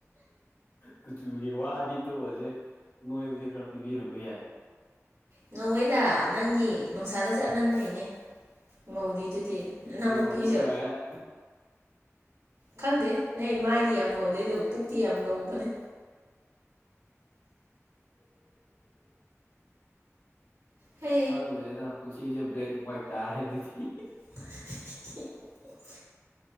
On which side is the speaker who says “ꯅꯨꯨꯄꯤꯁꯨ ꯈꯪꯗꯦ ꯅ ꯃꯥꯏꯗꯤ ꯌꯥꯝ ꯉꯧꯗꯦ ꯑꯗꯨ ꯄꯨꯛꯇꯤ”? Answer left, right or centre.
Right